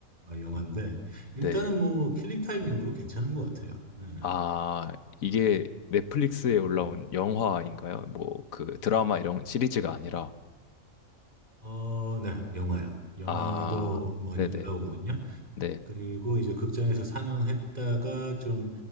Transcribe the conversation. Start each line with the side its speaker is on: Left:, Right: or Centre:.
Right: 영화인데 일단은
Left: 네.
Right: 뭐 킬링 타임 용으로 괜찮은 것 같아요. 네.
Left: 아, 이게 넷플릭스에 올라온
Right: 음.
Left: 영화인가요? 뭐, 그 드라마 이런 시리즈가
Right: 음.
Left: 아니라.
Right: 어, 네, 영화요. 영화도
Left: 아,
Right: 많이
Left: 네네,
Right: 올라오거든요.
Left: 네.
Right: 그리고 이제 극장에서 상영했다가 좀